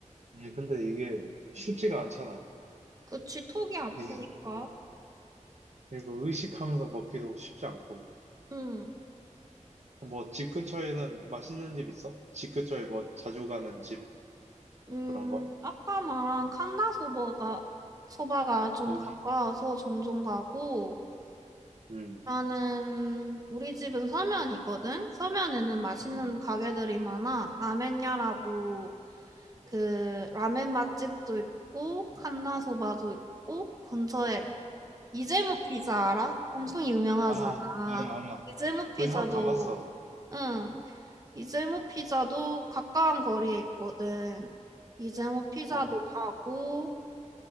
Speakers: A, on the right; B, on the right.
A: 아니, 근데 이게 쉽지가 않잖아.
B: 그치, 턱이 아프니까.
A: 이게. 어, 그리고 의식하면서 먹기도 쉽지 않고.
B: 응.
A: 뭐, 집 근처에는 맛있는 집 있어? 집 근처에 뭐, 자주 가는 집,
B: 음,
A: 그런 거?
B: 아까 말한 칸다 소바가, 소바가 좀
A: 거기?
B: 가까워서 종종 가고,
A: 음.
B: 나는 우리 집은 서면이거든? 서면에는 맛있는
A: 음.
B: 가게들이 많아. 라멘야라고, 그, 라멘 맛집도 있고, 칸다 소바도 있고, 근처에 이재모 피자 알아? 엄청 유명하잖아.
A: 아, 알아, 알아.
B: 이재모 피자도,
A: 거기 한번 가봤어.
B: 응, 이재모 피자도 가까운 거리에 있거든. 이재모 피자도
A: 아,
B: 가고,